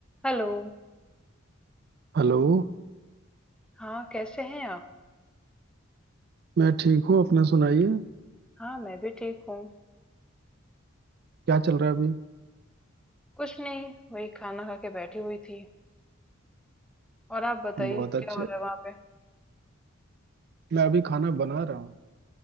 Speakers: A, in the centre; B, on the right (about 50°).
A: Hello
B: हेलो
A: हाँ कैसे हैं आप
B: मैं ठीक हूँ अपना सुनाइए
A: हाँ मैं भी ठीक हूँ
B: क्या चल रहा है अभी
A: कुछ नहीं वही खाना खा के बैठी हुई थी और आप बताइए
B: बहुत अच्छे
A: क्या हो रहा है वहाँ पे
B: मैं अभी खाना बना रहा हूँ